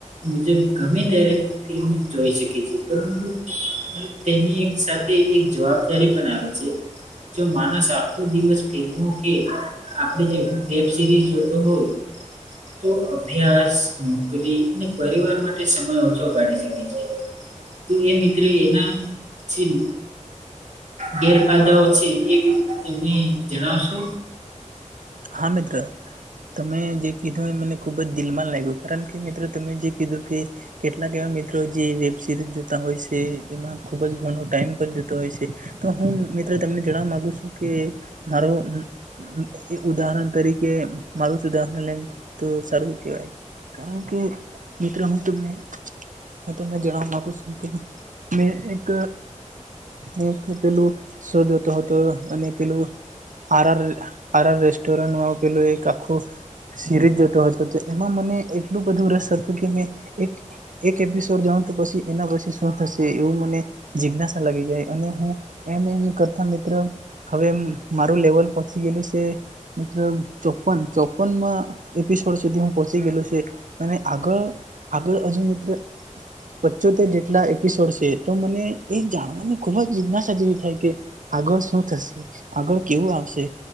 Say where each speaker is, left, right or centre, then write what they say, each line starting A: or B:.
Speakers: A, on the right (about 65°); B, on the right (about 80°).
A: મુજબ ગમે ત્યારે ફિલ્મ જોઈ શકે છે પરંતુ પણ તેની એક સાથે એક જવાબદારી પણ આવે છે. જો માનસ આખો દિવસ ફિલ્મો કે આપણી જે વેબ સિરીઝ જોતો હોય તો અભ્યાસ નોકરી ને પરિવાર માટે સમય ઓછો કાઢી શકે છે. તું એ મિત્ર એના છીલ ગેરફાયદાઓ છે એ તમે જણાવશો?
B: હા મિત્ર તમે જે કીધું એ મને ખૂબ જ દિલમાં લાગ્યું કારણ કે મિત્ર તમે જે કીધું કે કેટલાક એવા મિત્રો જે વેબ સિરીઝ જોતાં હોય શે એમાં ખુબ જ ઘણો ટાઈમ પણ જતો હોય શે. તો હું મિત્રો તમને જણાવવા માગું છું કે મારું એ ઉદાહરણ તરીકે મારું જ ઉદાહરણ લેમ તો સારું કેવાય. કારણ કે મિત્ર હું તમને હું તમને જણાવવા માગું છું મેં એક હું પેલું શો જોતો હતો અને પેલું આર આર આર આર રેસ્ટોરન્ટમાં પેલું એક આખું સિરીઝ જતો હતો તો એમાં મને એટલું બધું રસ હતું કે મેં એક એક એપિસોડ જોવાન તો પસી એના પછી શું થશે એવું મને જિજ્ઞાસા લાગી ગઈ અને હું એમ એમ કરતાં મિત્ર હવે મારું લેવલ પહોચી ગેલું છે. એ મિત્ર ચોપન ચોપનમાં એપિસોડ સુધી હું પહોંચી ગેલો છું એ અને આગળ આગળ હજુ મિત્ર પચોતેર જેટલા એપિસોડ છે તો મને એ જાણવાની ખૂબ જ જિજ્ઞાસા જેવી થાય કે આગળ શું થશે, આગળ કેવું આવશે?